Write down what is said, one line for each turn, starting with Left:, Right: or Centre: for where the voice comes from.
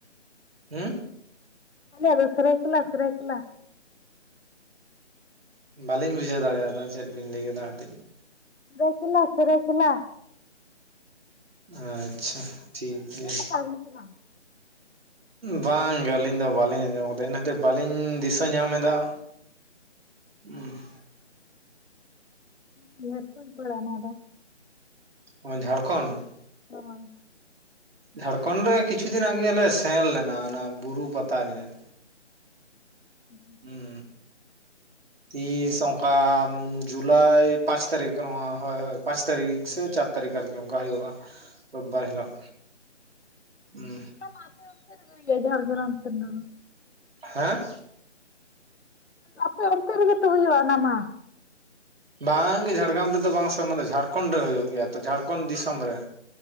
Right: ᱦᱩᱸ᱾
Left: ᱟᱞᱮᱭᱟᱜ ᱫᱚ ᱥᱚᱨᱟᱭᱠᱮᱞᱟ ᱥᱚᱨᱟᱭᱠᱮᱞᱟ᱾
Right: ᱵᱟᱹᱞᱤᱧ ᱵᱩᱡᱷᱟᱹᱣ ᱫᱟᱲᱮᱭᱟᱫᱟ ᱪᱮᱫ ᱵᱤᱱ ᱞᱟᱹᱭ ᱠᱮᱫᱟ ᱠᱟᱹᱴᱤᱡ᱾
Left: ᱨᱟᱹᱩᱷᱞᱠᱮᱞᱟ ᱥᱚᱨᱟᱭᱠᱮᱞᱟ᱾
Right: ᱟᱪᱪᱷᱟ᱾ ᱴᱷᱤᱠ
Left: ᱟᱸᱡᱚᱢ
Right: ᱜᱮᱭᱟ
Left: ᱠᱟ ᱵᱤᱱ ᱥᱮ ᱵᱟᱝ?
Right: ᱵᱟᱝᱜᱮ ᱟᱹᱞᱤᱧ ᱫᱚ ᱵᱟᱹᱞᱤᱧ ᱟᱸᱡᱚᱢ ᱠᱟᱫᱟ ᱤᱱᱟᱹᱛᱮ ᱵᱟᱹᱞᱤᱧ ᱫᱤᱥᱟᱹ ᱧᱟᱢ ᱮᱫᱟ᱾ <unintelligible>
Left: <unintelligible>
Right: ᱚ ᱡᱷᱟᱲᱠᱷᱚᱸᱰ?
Left: <unintelligible>
Right: ᱡᱷᱟᱲᱠᱷᱚᱸᱰ ᱨᱮ ᱠᱤᱪᱷᱩ ᱫᱤᱱ ᱟᱜᱮ ᱞᱮ ᱥᱮᱱ ᱞᱮᱱᱟ ᱚᱱᱟ ᱵᱩᱨᱩ ᱯᱟᱛᱟ ᱧᱮᱞ᱾
Left: <unintelligible>
Right: ᱦᱩᱸ᱾ ᱛᱤᱥ ᱚᱝᱠᱟ ᱡᱩᱞᱟᱭ ᱯᱟᱸᱪ ᱛᱟᱹᱨᱤᱠᱷ ᱱᱚᱣᱟ ᱦᱳᱭ ᱦᱳᱭ ᱯᱟᱸᱪ ᱛᱟᱹᱨᱤᱠᱷ ᱥᱮ ᱪᱟᱨ ᱛᱟᱹᱨᱤᱠᱷ ᱟᱨᱠᱤ ᱚᱱᱠᱟ ᱦᱳᱭᱳᱜᱼᱟ, ᱨᱳᱵᱵᱟᱨ ᱦᱤᱞᱳᱜ ᱩᱸ᱾
Left: ᱯᱟᱛᱟ ᱢᱟ ᱟᱯᱮ ᱚᱱᱛᱮ ᱨᱮᱜᱮ ᱦᱳᱭᱳᱜᱼᱟ ᱡᱷᱟᱲᱜᱨᱟᱢ ᱥᱮᱱ ᱫᱚ ᱵᱟᱝ᱾
Right: ᱦᱮᱸ᱾
Left: ᱟᱯᱮ ᱚᱱᱛᱮ ᱨᱮᱜᱮ ᱛᱚ ᱦᱳᱭᱳᱜᱼᱟ ᱚᱱᱟᱢᱟ᱾
Right: ᱵᱟᱝᱜᱮ ᱡᱷᱟᱲᱜᱨᱟᱢ ᱨᱮᱫᱚ ᱵᱟᱝ ᱥᱮ ᱚᱱᱟ ᱫᱚ ᱡᱷᱟᱲᱠᱷᱚᱸᱰ ᱨᱮ ᱦᱳᱭᱳᱜ ᱜᱮᱭᱟ ᱛᱚ ᱡᱷᱟᱲᱠᱷᱚᱸᱰ ᱫᱤᱥᱚᱢ ᱨᱮ᱾